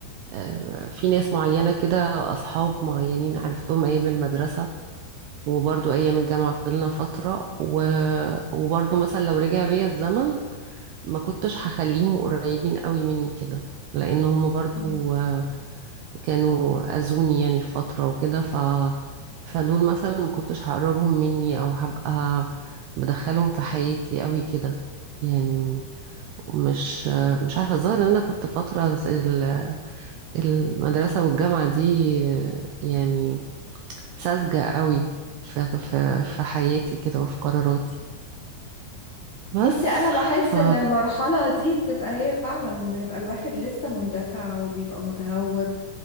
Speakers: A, on the right (about 80°); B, on the left (about 45°).
A: آه، في ناس معينة كده اصحاب معينين عرفتهم ايام المدرسة وبرضو ايام الجامعة فضلنا فترة و... وبرضو مثلا لو رجع بيا الزمن ما كنتش هخليهم قريبين قوي مني كده لان هم برضو
B: مم.
A: كانوا أذوني يعني في فترة وكده ف فدول مثلا ما كنتش هقربهم مني أو هبقى بدخلهم في حياتي قوي كده يعني مش مش عارفة الظاهر إن أنا كنت فترة ال- المدرسة والجامعة دي يعني ساذجة قوي في في في حياتي كده وفي قراراتي بس
B: بصي أنا بحس
A: ف
B: إن المرحلة دي بتبقى هي فعلا بنبقى الواحد لسه مندفع وبيبقى متهور